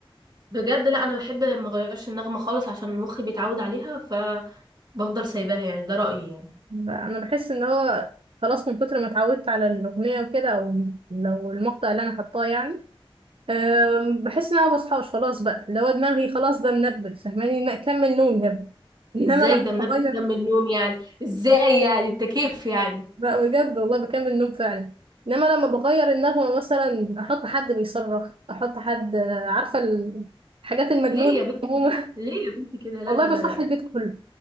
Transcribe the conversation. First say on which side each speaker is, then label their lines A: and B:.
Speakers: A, on the right; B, on the right.
A: بجد لا انا بحب ما اغيرش النغمة خالص عشان مخي بيتعود عليها فبفضل سايباها يعني ده رأيي يعني
B: انا بحس ان هو خلاص من كتر ما اتعودت على الاغنيه وكده او لو المقطع اللي انا حطاه يعني أم، بحس ان انا مبصحاش خلاص بقى لو دماغي خلاص ده منبه فاهماني إن اكمل نوم يا ابني انما
A: ازاي
B: لما
A: ده منبه
B: بغير
A: كمل نوم يعني ازاي يعني انت كيف يعني
B: بقى بجد والله بكمل نوم فعلا انما لما بغير النغمه مثلا احط حد بيصرخ احط حد عارفه الحاجات المجنونه
A: ليه يا
B: عموما
A: ليه يا بنتي كده
B: <laughs>
A: لا
B: والله
A: لا لا
B: بصحي البيت كله